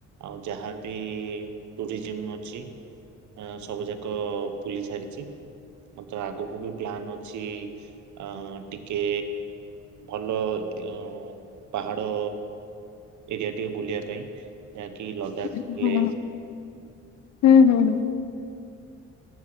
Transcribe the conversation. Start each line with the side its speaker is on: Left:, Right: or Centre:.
Right: ଆଉ ଯାହା ବି ଟୁରିଜିମ ଅଛି ଆ ସବୁ ଯାକ ବୁଲି ସାରିଛି। ମତେ ଆଗକୁ ବି ପ୍ଲାନ୍ ଅଛି ଅ ଟିକେ ଭଲ ଅ ପାହାଡ ଏରିଆ ଟିକେ ବୁଲିବା ପାଇଁ ଯାହାକି ଲଦାଖ
Left: ଉଁ ହୁଁ
Right: ଲେ
Left: ହୁଁ ହୁଁ ହୁଁ।